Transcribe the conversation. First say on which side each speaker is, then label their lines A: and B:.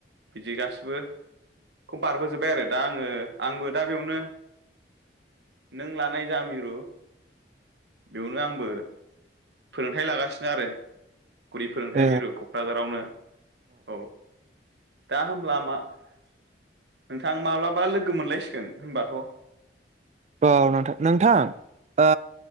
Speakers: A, on the right; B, on the right.
A: बिदि गासिबो खौ बारबोजोबबाय आरो दा आङो आंबो दा बेयावनो नों लानाय जा मिरु बेयावनो आंबो फोरोंथाइ लागासिनो आरो गुदि फोयोंथाय
B: औ
A: मेरुखौ क'क्राझारावनो औ दा होमब्ला मा नोंथां माब्लाबा लोगो मोनलायसिगोन होनबाथ'
B: औ नोंथां नोंथां ओ